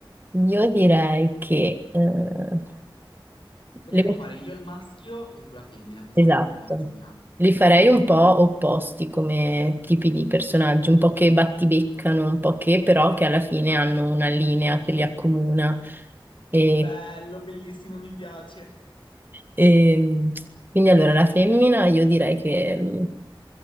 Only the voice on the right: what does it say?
io direi che eh,
le
Esatto.
Li farei un po' opposti come tipi di personaggi, un po' che battibeccano, un po' che però che alla fine hanno una linea che li accomuna. E,
ehm, quindi allora la femmina io direi che... mm,